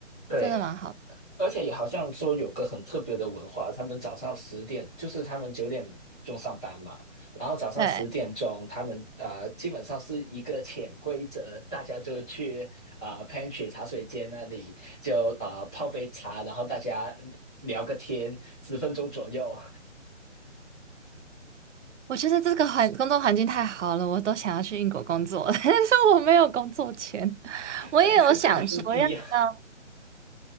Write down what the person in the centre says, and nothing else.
对，
而且也好像说有个很特别的文化，他们早上十点，就是他们九点钟上班嘛，然后早上十点钟，
他们呃基本上是一个潜规则，大家就去呃 pantry 茶水间那里就呃泡杯茶，然后大家聊个天，十分钟左右，
但是工资低啊，